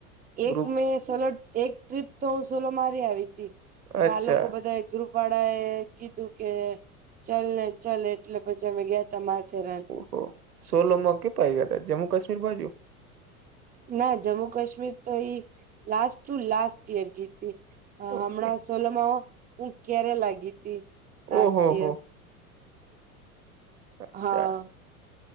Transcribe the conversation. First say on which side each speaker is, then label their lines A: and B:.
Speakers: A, on the right; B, on the right.
A: ગ્રુપ
B: એક મેં સોલો એક ટ્રીપ તો હું સોલો મારી આવી હતી પણ
A: અચ્છા
B: આ લોકો બધા ગ્રુપ વાળા એ કીધું કે ચલ ને ચલ એટલે પછી અમે ગયાતા માથેરા
A: હો સોલોમાં કેપા ગયા હતા જમ્મુ કશ્મીર બાજું?
B: ના જમ્મુ કાશ્મીર તો એઈ લાસ્ટ ટુ લાસ્ટ ઈયર ગીતી
A: ઓકે
B: હમણાં સોલોમાં હું કેરેલા ગીતી લાસ્ટ
A: ઓહો
B: ઈયર.
A: હો અચ્છા.
B: હા